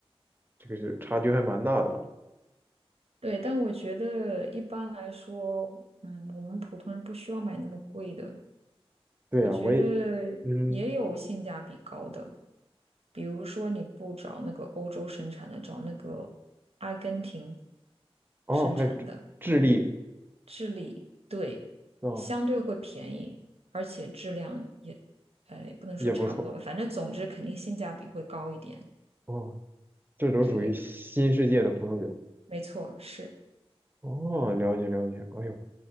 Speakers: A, on the right (about 20°); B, on the right (about 75°).
A: 这个是差距还蛮大的啊。
B: 对，但我觉得一般来说，嗯，我们普通人不需要买那么贵的。
A: 对啊，
B: 我觉得也有性价比高的，
A: 我也，嗯，
B: 比如说你不找那个欧洲生产的，找那个阿根廷
A: 哦，
B: 生产的。
A: 还有智智利，
B: 治理，对，
A: 哦，
B: 相对会便宜，而且质量也，呃，不能说差不多吧，
A: 也不错，
B: 反正总之肯定性价比会高一点。
A: 哦，这都属于新世界的葡萄酒，
B: 对对对，没错，是。
A: 哦，了解了解，哎呦，